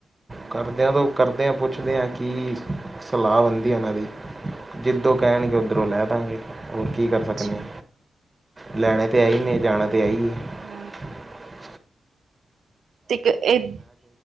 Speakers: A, on the right; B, on the right.
A: ਹੂੰ
B: ਕਰਦੇ ਰਓ, ਕਰਦੇ ਆਂ ਕੁੱਛ। ਪੁੱਛਦੇ ਆ ਕੀ ਸਲਾਹ ਬਣਦੀ ਓਨਾਂ ਦੀ, ਜਿੱਦੋਂ ਕੈਣਗੇ ਓਧਰੋਂ ਲੈ ਦਾਂਗੇ ਹੋਰ ਕੀ ਕਰ ਸਕਦੇ
A: ਅੱਛਾ
B: ਆ, ਲਿਆਣੇ ਤਾਂ ਹੈ ਈ ਆ, ਜਾਣਾ ਤਾਂ ਹੈ ਈ ਆ।
A: ਹੁ
B: ਹਮ
A: ਤਿਕ ਏਹ